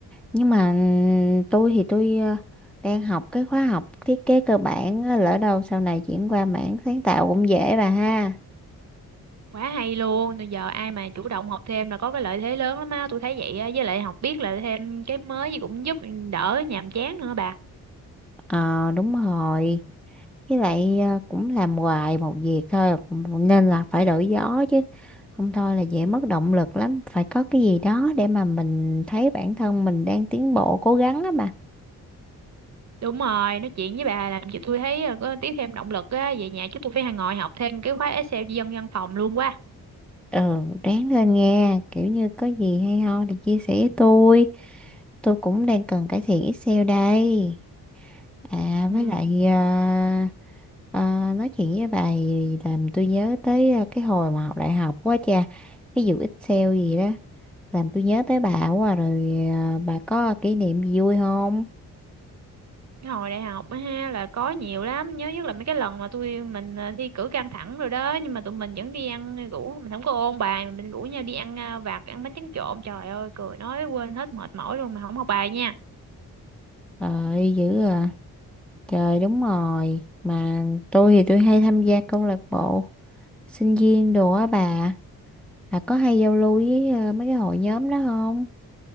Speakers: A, in the centre; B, on the right.
A: Nhưng mà ừm, tôi thì tôi à, đang học cái khóa học thiết kế cơ bản á, lỡ đâu sau này chuyển qua mảng sáng tạo cũng dễ bà ha.
B: quá hay luôn Rồi giờ ai mà chủ động học thêm là có cái lợi thế lớn lắm á tôi thấy vậy á với lại học biết là thêm cái mới gì cũng giúp đỡ nhàm chán nữa bà
A: Ờ đúng rồi với lại ờ, cũng làm hoài một việc thôi cũng nên là phải đổi gió chứ không thôi là dễ mất động lực lắm phải có cái gì đó để mà mình thấy bản thân mình đang tiến bộ cố gắng á mà
B: đúng rồi nói chuyện với bà làm cho tôi thấy ờ, có tiếp thêm động lực á về nhà chứ tôi phải ngồi học thêm cái khóa Excel dân văn phòng luôn quá
A: ừ ráng lên nghe kiểu như có gì hay ho thì chia sẻ với tôi tôi cũng đang cần cải thiện Excel đây à
B: Ừ.
A: với lại à, à, nói chuyện với bà thì làm tôi nhớ tới à, cái hồi mà học đại học quá cha cái vụ Excel gì đó làm tôi nhớ tới bà quá à, rồi à, bà có kỷ niệm gì vui không
B: Cái hồi đại học á ha là có nhiều lắm nhớ nhất là mấy cái lần mà tụi mình ờ, thi cử căng thẳng rồi đó nhưng mà tụi mình vẫn đi ăn rủ mình không có ôn bài mà mình rủ nhau đi ăn ờ, vặt ăn bánh tráng trộn trời ơi cười nói quên hết mệt mỏi luôn mà không học bài nha
A: Trời dữ à. Trời đúng rồi. Mà tôi thì tôi hay tham gia câu lạc bộ sinh viên đồ á bà. Là có hay giao lưu với ờ, mấy cái hội nhóm đó không?